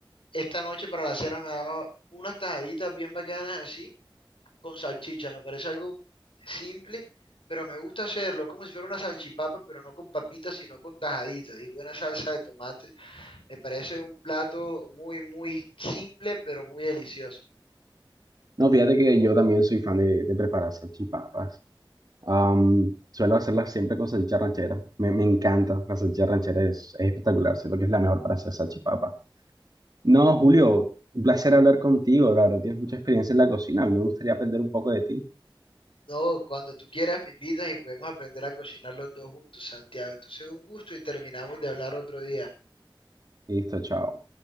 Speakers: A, on the left (about 85°); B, on the right (about 50°).
A: esta noche para la cena me haga unas tajaditas bien bacanas así, con salchicha. Me parece algo simple, pero me gusta hacerlo, como si fuera una salchipapa, pero no con papitas, sino con tajaditas y buena salsa de tomate. Me parece un plato muy, muy simple, pero muy delicioso.
B: No, fíjate que yo también soy fan de, de preparar salchipapas. Am, suelo hacerlas siempre con salchicha ranchera. Me, me encanta. La salchicha ranchera es, es espectacular. Siento que es la mejor para hacer salchipapas. No, Julio, un placer hablar contigo. La verdad, tienes mucha experiencia en la cocina. A mí me gustaría aprender un poco de ti.
A: No, cuando tú quieras me invitas y podemos aprender a cocinar los dos juntos, Santiago. Entonces, un gusto y terminamos de hablar otro día.
B: Listo, chao.